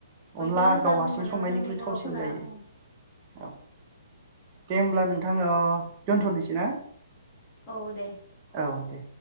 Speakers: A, on the left; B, on the right.
A: बयबो
B: अनला
A: मोजां
B: गाव हारसिं
A: मोनो
B: संनायनिख्रुइ
A: जोंनि बर'फोरा
B: थावसिन जायो
A: औ
B: औ दे ओमब्ला नोंथां ओ दोन्थनिसै ना
A: औ दे
B: औ दे